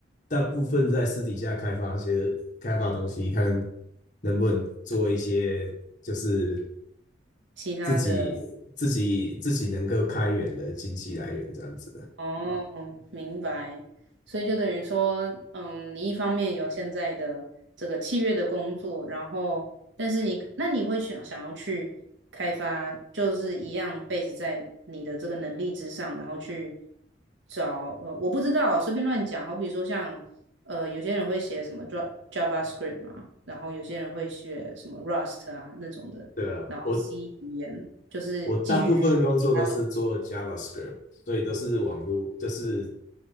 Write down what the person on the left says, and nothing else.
大部分在私底下开发一些开发东西，看能不能做一些就是
自己自己自己能够开源的经济来源这样子的。
对啊，
我
我大部分工作都是做 JavaScript，所以都是网络，就是